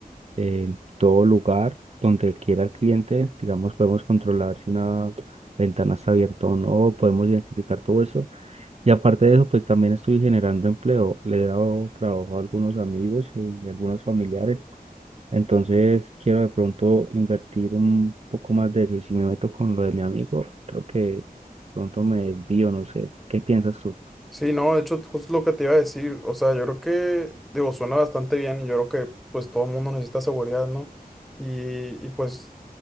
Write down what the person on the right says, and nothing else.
en todo lugar donde quiera el cliente. Digamos, podemos controlar si una ventana está abierta o no, podemos identificar todo eso. Y aparte de eso, pues también estoy generando empleo. Le he dado trabajo a algunos amigos y algunos familiares. Entonces, quiero de pronto invertir un poco más de eso. Y si me meto con lo de mi amigo, creo que de pronto me desvío, no sé. ¿Qué piensas tú?